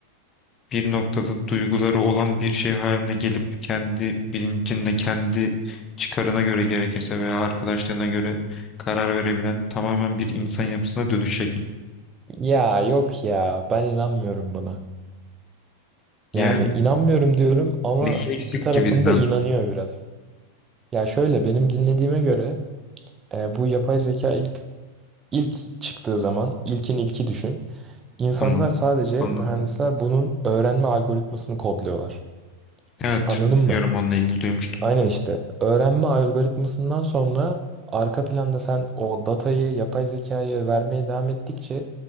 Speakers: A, on the left (about 25°); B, on the right (about 20°).
A: bir noktada duyguları olan bir şey haline gelip kendi bilincinle, kendi çıkarına göre gerekirse veya arkadaşlarına göre karar verebilen tamamen bir insan yapısına dönüşecek mi?
B: Ya yok ya ben inanmıyorum buna.
A: Yani
B: Yani inanmıyorum diyorum ama
A: neyi eksik
B: bir tarafım
A: ki bizden?
B: da inanıyor biraz. Ya şöyle benim dinlediğime göre e, bu yapay zeka ilk ilk çıktığı zaman ilkin ilki düşün. İnsanlar
A: Tamam,
B: sadece
A: anladım.
B: mühendisler bunun öğrenme algoritmasını kodluyorlar.
A: Evet,
B: Anladın
A: biliyorum
B: mı?
A: onunla ilgili duymuştum.
B: Aynen işte. Öğrenme algoritmasından sonra arka planda sen o datayı yapay zekaya vermeye devam ettikçe